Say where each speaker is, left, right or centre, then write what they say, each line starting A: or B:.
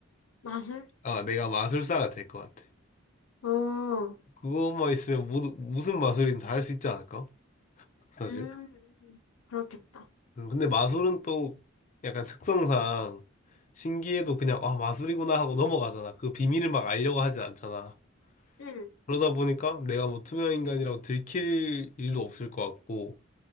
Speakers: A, on the left; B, on the left.
A: 맛을?
B: 아, 내가 마술사가 될 것 같아.
A: 어,
B: 그것만 있으면 모두, 무슨 마술이든 다 할 수 있지 않을까? 사실.
A: 음, 그렇겠다.
B: 음, 근데 마술은 또 약간 특성상 신기해도 그냥 아 마술이구나 하고 넘어가잖아. 그 비밀을 막 알려고 하진 않잖아.
A: 응
B: 그러다 보니까 내가 뭐 투명 인간이라고 들킬 일도 없을 것 같고